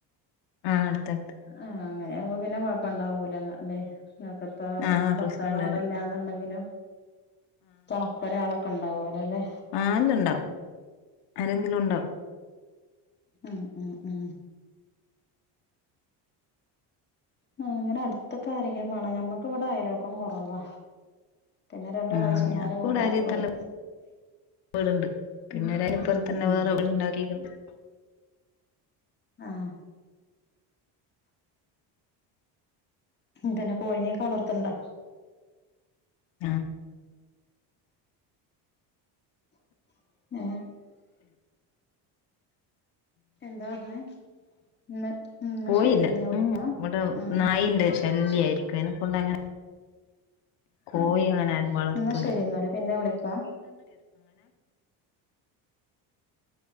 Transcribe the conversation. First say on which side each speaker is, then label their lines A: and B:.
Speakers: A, on the left; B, on the left.
A: ആഹ് അടുത്ത
B: ആഹ് അങ്ങനെയാമ്പോ പിന്നെ കൊഴപ്പെണ്ടാവൂലല്ലേ <unintelligible>
A: ആഹ്
B: ഭർത്താവ്
A: പ്രശ്നണ്ടാവും
B: അവിടെ ഇല്ലാന്നുണ്ടെങ്കിലും തെണക്ക് ഒരാളൊക്കെ ഒണ്ടാവ അല്ലേ
A: ആന്നണ്ടാവും ആരെങ്കിലും ഉണ്ടോ
B: ഉ ഉ ഉ ആ അങ്ങനെ അടുത്തൊക്കെ ആരെങ്കിലും വേണം ഞങ്ങൾക്ക് ഇവിടെ അയൽവക്കം കുറവാ
A: <unintelligible>
B: പിന്നെ രണ്ട് എളേച്ചന്മാരെ വീടാണുള്ളത് ഉം ഉം ഉം ആാ പിന്നെ കോഴിനിയൊക്കെ വളർത്തണണ്ടോ
A: ആ
B: <unintelligible> എന്താ പറഞ്ഞേ ഇന്ന് ഇന്നാ
A: കോയില്ലാ
B: ശരി പിന്നെ വിളിക്കാം
A: ഉം ഇവടെ
B: ആഹ്
A: നായിന്റെ
B: ആഹ്
A: ശല്യ
B: ആഹ്
A: ആരിക്കും അനെ കൊണ്ടങ്ങനെ കോയി
B: ആഹ്
A: അങ്ങനെ ആരും വളർത്തുല്ല
B: എന്നാ ശരി
A: <unintelligible>
B: എന്നാല് പിന്നെ വിളിക്കാ